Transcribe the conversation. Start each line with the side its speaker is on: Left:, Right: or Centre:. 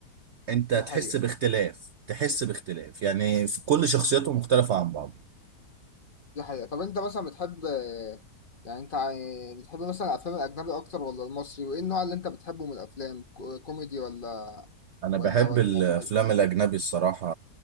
Right: انت تحس
Left: دي حقيقة
Right: باختلاف تحس باختلاف يعني في كل شخصيته مختلفة عن بعض
Left: دي حقيقة طب انت مثلا بتحب يعني انت ع- بتحب مثلا الافلام الاجنبي اكتر ولا المصري وايه النوع اللي انت بتحبه من الافلام كو- كوميدي ولا
Right: انا
Left: ولا
Right: بحب
Left: ولا
Right: الافلام
Left: خل-
Right: الاجنبي الصراحه